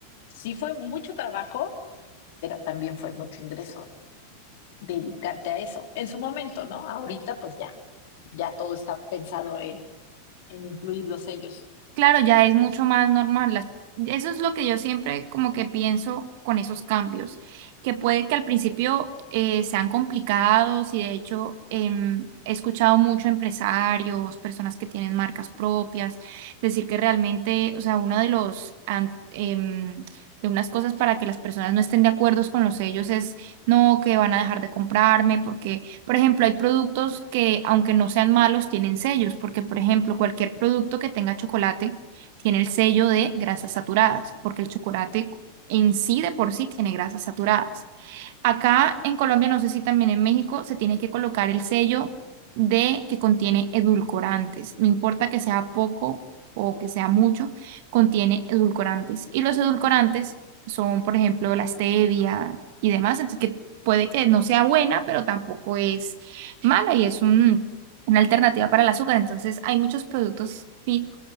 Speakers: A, on the left; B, on the right.
A: sí fue mucho trabajo, pero también fue mucho ingreso dedicarte a eso. En su momento, ¿no? Ahorita pues ya, ya todo está pensado en, en incluir los sellos.
B: Claro, ya es mucho más normal. Las- eso es lo que yo siempre como que pienso con esos cambios, que puede que al principio eh, sean complicados y de hecho em, he escuchado mucho empresarios, personas que tienen marcas propias, decir que realmente, o sea, uno de los, an- em, de unas cosas para que las personas no estén de acuerdo con los sellos es, no, que van a dejar de comprarme porque por ejemplo, hay productos que, aunque no sean malos, tienen sellos, porque, por ejemplo, cualquier producto que tenga chocolate tiene el sello de grasas saturadas, porque el chocolate en sí de por sí tiene grasas saturadas. Acá en Colombia, no sé si también en México, se tiene que colocar el sello de que contiene edulcorantes. No importa que sea poco o que sea mucho, contiene edulcorantes. Y los edulcorantes son, por ejemplo, la stevia y demás, entonces que puede que no sea buena, pero tampoco es mala y es un- una alternativa para el azúcar. Entonces, hay muchos productos fit